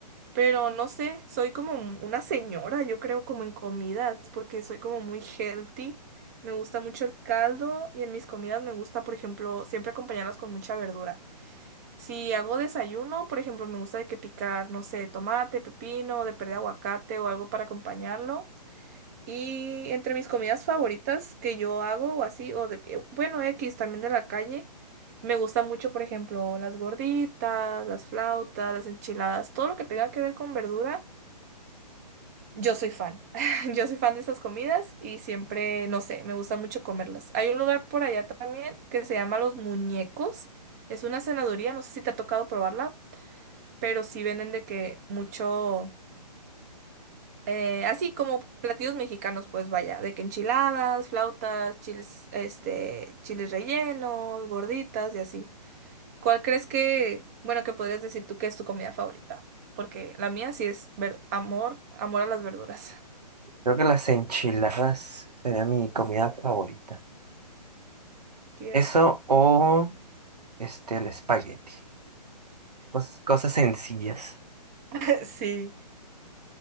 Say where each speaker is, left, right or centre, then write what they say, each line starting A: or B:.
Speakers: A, on the right; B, on the right.
A: Pero no sé, soy como un- una señora, yo creo, como en comidas, porque soy como muy healthy. Me gusta mucho el caldo y en mis comidas me gusta, por ejemplo, siempre acompañarlas con mucha verdura. Si hago desayuno, por ejemplo, me gusta de que picar, no sé, tomate, pepino, de perder aguacate o algo para acompañarlo. Y entre mis comidas favoritas que yo hago o así, o de, eh, bueno, X también de la calle. Me gusta mucho, por ejemplo, las gorditas, las flautas, las enchiladas, todo lo que tenga que ver con verdura. Yo soy fan. <laughs> Yo soy fan de esas comidas y siempre, no sé, me gusta mucho comerlas. Hay un lugar por allá también que se llama Los Muñecos. Es una cenaduría, no sé si te ha tocado probarla, pero sí venden de que mucho, eh, así como platillos mexicanos, pues vaya, de que enchiladas, flautas, chiles, este, chiles rellenos, gorditas y así. ¿Cuál crees que, bueno, que podrías decir tú que es tu comida favorita? Porque la mía sí es ver- amor, amor a las verduras.
B: Creo que las enchiladas sería mi comida favorita.
A: <laughs> Qué
B: Eso
A: rico.
B: o este el espagueti. Cos- cosas sencillas.
A: <laughs> Sí.